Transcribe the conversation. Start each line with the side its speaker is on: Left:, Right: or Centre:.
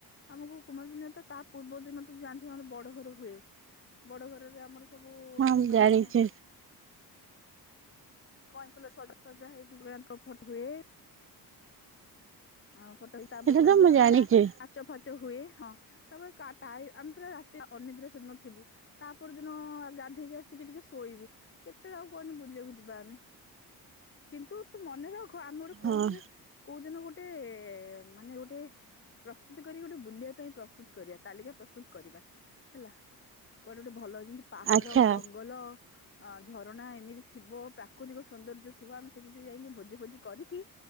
Left: ଆମୁକୁ କୁମାର ପୂର୍ଣ୍ଣିମା ତ ତା ପୂର୍ବ ଦିନ ତ ଯାଣିଥିବ ଆମର ବଡ ଘର ହୁଏ ବଡ ଘରରେ ଆମର ସବୁ
Right: ହଁ ମୁଁ
Left: ମାନେ
Right: ଜାଣିଛି
Left: କଇଁ ଫୁଲ ରେ ସଜା ସଜା ହେଇକି <unintelligible> ଫଟ ହୁଏ। ଆଉ ଫଟ ହେଇକି ତାପରେ
Right: ସେଟା
Left: ସେଇଟା
Right: ତ
Left: ହୁଏ
Right: ମୁଁ
Left: ତାପରେ
Right: ଜାଣିଛି
Left: <unintelligible> ଚ ଫାଚ ହୁଏ ହଁ ତାପରେ କା ତାଇ ଆମେ ପୁରା ରାତି ଅନିଦ୍ରା ସେଦିନ ଥିବୁ। ତା ପର ଦିନ ଗାଧେଇକି ଆସିକି ଟିକେ ଶୋଇବୁ କେତେବେଳେ ଆଉ କୁହନି ବୁଲିବାକୁ ଯିବା ଆମେ? କିନ୍ତୁ ତୁ ମନେ ରଖ ଆମେ ଗୋଟେ କୋଉଥିରେ
Right: ହଁ
Left: କୋଉ ଦିନ ଗୋ ମାନେ ଗୋଟେ ପ୍ରସ୍ତୁତି କରିକି ଗୋଟେ ବୁଲିବା ପାଇଁ ପ୍ରସ୍ତୁତ କରିବା ତାଲିକା ପ୍ରସ୍ତୁତ କରିବା ହେଲା। କୁଆଡେ ଗୋଟେ ଭଲ ଯେମିତି ପାହାଡ
Right: ଆଚ୍ଛା
Left: ଜଙ୍ଗଲ ଅ ଝରଣା ଏମିତି ଥିବ ପ୍ରାକୃତିକ ସୌନ୍ଦର୍ଯ୍ୟ ଥିବ ଆମେ ସେଠି ଟିକେ ଯାଇକି ଭୋଜି ଫୋଜି କରିକି